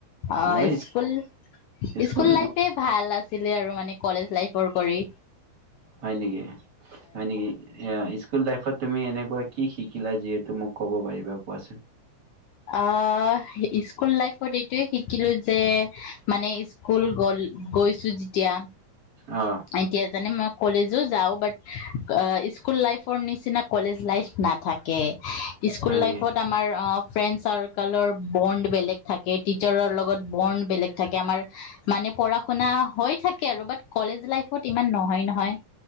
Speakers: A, on the left (about 70°); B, on the right (about 40°).
A: অ
B: মই
A: স্কুল-স্কুল
B: স্কুল
A: লাইফে ভাল আছ আছিলে আৰু মানে কলেজ লাইফৰ কৰি
B: হয় নেকি হয় নেকি এইয়া ইচ কুল লাইফত তুমি এনেকুৱা কি শিকিলা যিহেতু মোক ক'ব পাৰিবা কোৱাচোন৷
A: অ স্কুল লাইফত এইটোয়ে শিক কিলো যে মানে স্কুল গল গৈ চু যেতিয়া
B: অ
A: এতিয়া জানে মোক কলেজো যাওঁ বাট অ স্কুল লাইফ ৰ নিচিনা কলেজ লাইফ না থাকে স্কুল
B: হয়
A: লাইফত
B: নেকি
A: আমাৰ ফ্ৰেণ্ড চাৰ্কলৰ বণ্ড বেলেগ থাকে টিচাৰৰ লগত বৰ্ণ বেলেগ থাকে আমাৰ মানে পঢ়া শুনা হৈ থাকে আৰু বাট কলেজ ফূ ত সিমান নহয়-নহয়